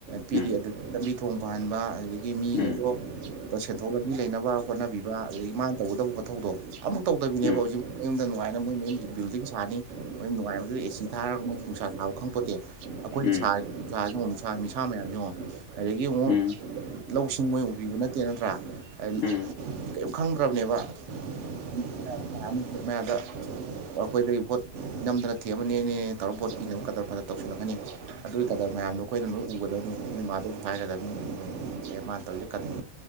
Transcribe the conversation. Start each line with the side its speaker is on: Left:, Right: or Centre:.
Right: ꯄꯤꯔꯤ
Left: ꯎꯝ
Right: ꯑꯗꯨ ꯂꯝꯕꯤ ꯊꯣꯡ ꯐꯍꯟꯕ ꯑꯗꯨꯗꯒꯤ ꯃꯤꯉꯩꯗꯣ
Left: ꯎꯝ
Right: ꯁꯦꯟꯊꯣꯛ ꯂꯝꯕꯤ ꯂꯩꯅꯕ ꯍꯣꯠꯅꯕꯤꯕ ꯑꯗꯒꯤ ꯃꯥꯅ ꯇꯧꯒꯗꯕ ꯃꯊꯧꯗꯣ ꯑꯝꯕꯧ ꯇꯧꯗꯕꯤꯅꯦꯕ
Left: ꯎꯝ
Right: ꯍꯧꯖꯤꯛ ꯃꯌꯨꯝꯗ ꯅꯨꯡꯉꯥꯏꯅ ꯃꯣꯏ ꯃꯣꯏ ꯃꯌꯨꯝꯌ ꯃꯤꯕꯤꯜꯗꯤꯡ ꯁꯥꯅꯤ ꯃꯣꯏ ꯅꯨꯡꯉꯥꯏꯕꯗ ꯑꯦꯁꯤ ꯊꯥꯔꯒ ꯃꯣꯏꯗꯤ ꯅꯨꯡꯁꯥ ꯁꯥꯕ ꯈꯪꯄꯣꯠꯇꯦ ꯑꯩꯈꯣꯏꯗꯤ
Left: ꯎꯝ ꯎꯝ ꯎꯝ
Right: ꯁꯥꯔꯤ ꯁꯥꯔꯤꯕ ꯅꯨꯡꯁꯥ ꯅꯤꯁꯥ ꯃꯌꯥꯝꯁꯤ ꯌꯦꯡꯉꯨ ꯑꯗꯒꯤ
Left: ꯎꯝ
Right: ꯑꯃꯨꯛ ꯂꯧꯁꯤꯡ ꯃꯣꯏ ꯎꯕꯤꯕ ꯅꯠꯇꯦ ꯅꯠꯇ꯭ꯔꯥ <unintelligible>
Left: ꯎꯝ
Right: ꯀꯏꯝ ꯈꯪꯗ꯭ꯔꯕꯅꯦꯕ <unintelligible> ꯃꯌꯥꯗ ꯑꯩꯈꯣꯏꯗꯒꯤ ꯚꯣꯠ ꯅꯝꯗꯅ ꯊꯦꯝꯃꯅꯦꯅꯦ ꯇꯧꯔꯒ ꯚꯣꯠ ꯄꯤꯅꯕ ꯀꯗꯔ ꯐꯥꯗꯔ ꯇꯧꯁꯤꯜꯂꯛꯀꯅꯤ ꯑꯗꯨꯏ ꯀꯗꯔ ꯃꯌꯥꯝꯗꯣ ꯑꯩꯈꯣꯏꯅ ꯂꯣꯏ ꯎꯒꯗꯧꯗꯨ ꯅꯣꯏ ꯃꯥꯗꯨ ꯍꯥꯏꯒꯗꯧꯅꯤ ꯑꯦ ꯃꯥ ꯇꯧꯔꯤꯖꯦ ꯀꯗꯔ